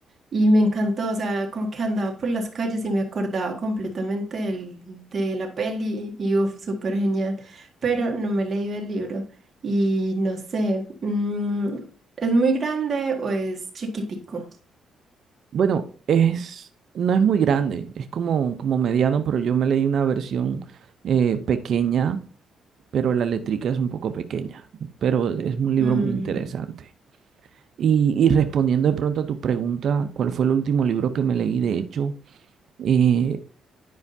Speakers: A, on the right; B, on the right.
A: Y me encantó, o sea, como que andaba por las calles y me acordaba completamente del- de la peli y uff, súper genial. Pero no me he leído el libro y no sé, mm, ¿es muy grande o es chiquitico?
B: Bueno, es, no es muy grande, es como, como mediano, pero yo me leí una versión eh, pequeña pero la letrica es un poco pequeña, pero es un libro
A: Mm,
B: muy interesante. Y, y respondiendo de pronto a tu pregunta, ¿cuál fue el último libro que me leí? De hecho, eh,